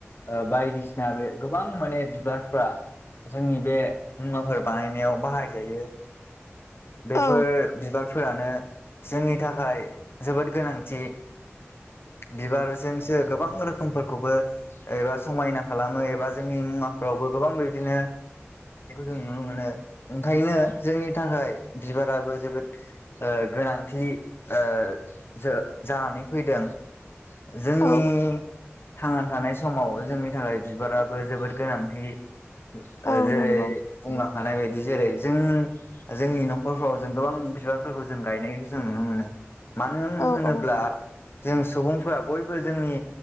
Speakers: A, on the left; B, on the left.
A: ओ बायदिसि- ना बे गोबां माने बिबारफ्रा जोंनि बे मुवाफोर बानायनायाव बाहायजायो बेफोर
B: औ
A: बिबारफोरानो जोंनि थाखाय जोबोद गोनांथि बिबारजोंसो गोबां रोखोम मफोरखौबो एबा समायना खालामो एबा जोंनि मुवाफोरावबो गोबां बिदिनो खौ जों नुनो मोनो ओंखायनो जोंनि थाखाय बिबाराबो जोबोद ओ गोनांथि ओ जो जानानै फैदों जोंनि
B: औ
A: थांनानै थानाय समाव जोंनि थाखाय बिबाराबो जोबोद गोनांथि
B: औ
A: ओ जेरै
B: नंगौ
A: बुंनो हानाय बायदि जेरै जों जोंनि नखरफ्राव जों गोबां बिबारफोरखौ जों गायनायखौ जों नुनो मोनो मानो होन
B: औ
A: होनोब्ला
B: औ
A: जों सुबुंफोरा बयबो जोंनि